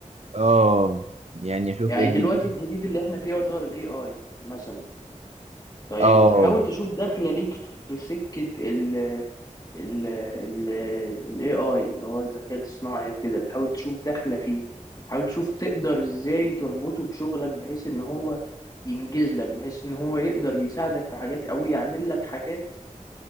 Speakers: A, on the right; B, on the left.
A: اه يعني اشوف
B: يعني
A: ايه الجديد
B: دلوقتي الجديد اللي احنا فيه يعتبر الاي اي مثلا طيب
A: اه
B: تحاول تشوف داخله ليك في سكه ال ال ال الاي اي اللي هو الذكاء الصناعي وكده تحاول تشوف داخله فيه تحاول تشوف تقدر ازاي تربطه بشغلك بحيث ان هو ينجز لك بحيث ان هو يقدر يساعدك في حاجات او يعمل لك حاجات